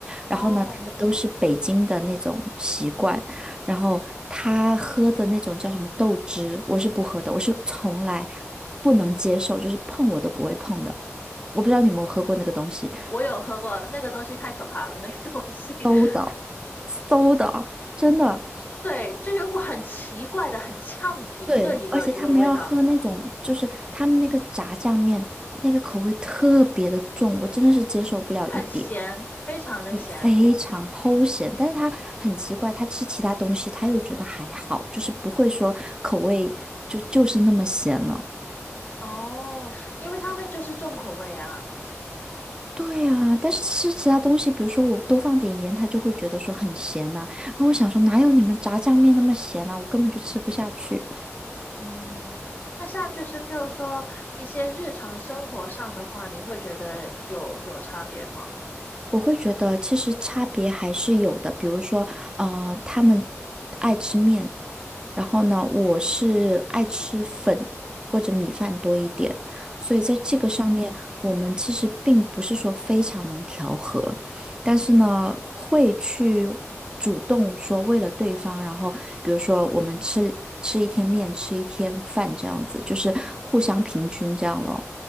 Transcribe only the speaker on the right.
然后呢，
他都是北京的那种习惯。然后他喝的那种叫什么豆汁，我是不喝的，我是从来不能接受，就是碰我都不会碰的。我不知道你有没有喝过那个东西，
馊的，馊的，真的。
对，而且他们要喝那种，就是他们那个炸酱面，那个口味特别的重，我真的是接受不了一点，
非常齁咸。但是他很奇怪，他吃其他东西他又觉得还好，就是不会说口味就就是那么咸了。
对啊，但是吃其他东西，比如说我多放点盐，他就会觉得说很咸呐、然后我想说，哪有你们炸酱面那么咸呐？我根本就吃不下去。
我会觉得其实差别还是有的，比如说，呃，他们爱吃面，然后呢，我是爱吃粉或者米饭多一点，所以在这个上面，
我们其实并不是说非常能调和，但是呢，会去主动说为了对方，然后比如说我们吃吃一天面，吃一天饭这样子，就是互相平均这样咯，